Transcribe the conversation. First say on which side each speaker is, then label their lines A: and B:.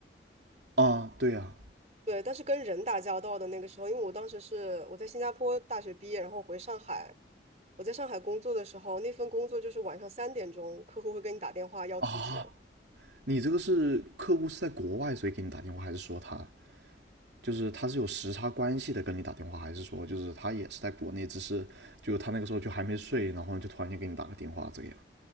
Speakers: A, on the right; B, on the right.
A: 啊，对呀
B: 对，但是跟人打交道的那个时候，因为我当时是我在新加坡大学毕业，然后回上海，我在上海工作的时候，那份工作就是晚上三点钟，客户会跟你打电话要图纸。
A: 啊，啊，你这个是客户是在国外，所以给你打电话，还是说他就是他是有时差关系的跟你打电话，还是说就是他也是在国内，只是就他那个时候就还没睡，然后就突然间给你打个电话这个样？